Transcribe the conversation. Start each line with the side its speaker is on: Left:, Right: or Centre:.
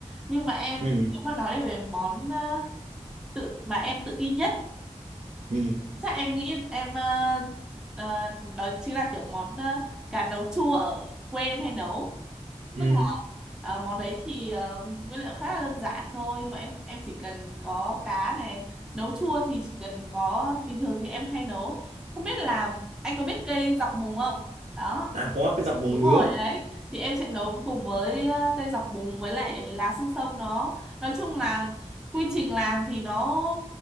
Centre: nhưng mà em
Right: Ừ.
Centre: nếu mà nói về món ờ, tự mà em tự tin nhất
Right: Ừ.
Centre: chắc em nghĩ em ờ, ờ, đó chính là kiểu món ờ, cá nấu chua ở quê em hay nấu
Right: Ừ.
Centre: tức Ờ, món đấy thì ờ, nguyên liệu khá là đơn giản thôi mà em em chỉ cần có cá này nấu chua thì chỉ cần có bình thường thì em hay nấu không biết là anh có biết cây dọc mùng không đó
Right: À có cái dọc mồng
Centre: đúng
Right: ngứa.
Centre: rồi đấy thì em sẽ nấu cùng với ờ, cây dọc mùng với lại lá xương sông nó nói chung là quy trình làm thì nó